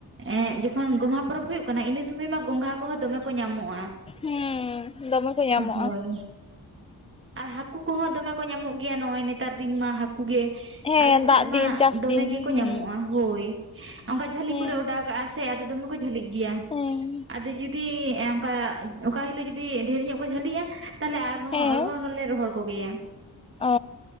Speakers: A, on the right; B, on the left.
A: ᱮᱸ ᱡᱚᱠᱷᱚᱱ ᱜᱚᱢᱦᱟ ᱯᱚᱨᱚᱵᱽ ᱦᱩᱭᱩᱜᱜ ᱠᱟᱱᱟ ᱤᱱᱟᱹ ᱥᱩᱢᱚᱭ ᱢᱟ ᱜᱚᱝᱜᱷᱟ ᱠᱚᱦᱚᱸ ᱫᱚᱢᱮ ᱠᱚ ᱧᱟᱢᱚᱜᱼᱟ
B: ᱦᱩᱸ ᱫᱚᱢᱮ ᱠᱚ ᱧᱟᱢᱚᱜᱼᱟ
A: ᱦᱳᱭ ᱟᱨ ᱦᱟᱟᱹᱠᱩ ᱠᱚᱦᱚᱸ ᱫᱚᱢᱮ ᱠᱚ ᱧᱟᱢᱚᱜ ᱜᱮᱭᱟ ᱱᱚᱜ ᱚᱚᱭ ᱱᱮᱛᱟᱨ ᱫᱤᱱ ᱢᱟ ᱦᱠᱩ ᱩᱩᱜᱮ
B: ᱦᱮᱸ
A: ᱟᱞᱮᱥᱮᱫ
B: ᱫᱟᱜ ᱫᱤᱱ
A: ᱢᱟ
B: ᱪᱟᱥ
A: ᱫᱚᱢᱮ
B: ᱫᱤᱱ
A: ᱜᱮᱠᱚ
B: ᱦᱩᱸ
A: ᱧᱟᱢᱚᱜᱼᱟ ᱦᱳᱭ ᱚᱱᱠᱟ ᱡᱷᱟᱹᱞᱤ
B: ᱦᱮᱸ
A: ᱠᱚᱞᱮ ᱚᱰᱟᱣ ᱠᱟᱜᱼᱟ ᱥᱮ ᱟᱫᱚ ᱫᱚᱢᱮ ᱠᱚ ᱡᱷᱟᱹᱞᱤᱜ ᱜᱮᱭᱟ
B: ᱦᱮᱸ
A: ᱟᱫᱚ ᱡᱤᱛ <unintelligible> ᱚᱱᱠᱟ ᱚᱠᱟ ᱦᱤᱞᱳᱜ ᱡᱩᱫᱤ ᱰᱷᱮᱨ ᱧᱚᱜ ᱠᱚ ᱡᱷᱟᱹᱞᱤᱜᱼᱟ ᱛᱟᱦᱚᱞᱮ ᱟᱨᱦᱚᱸ
B: ᱦᱮᱸ
A: ᱚᱨᱦ ᱦᱚᱲᱞᱮ ᱨ ᱦᱚᱲ ᱠᱚᱜᱮᱭᱟ
B: ᱚ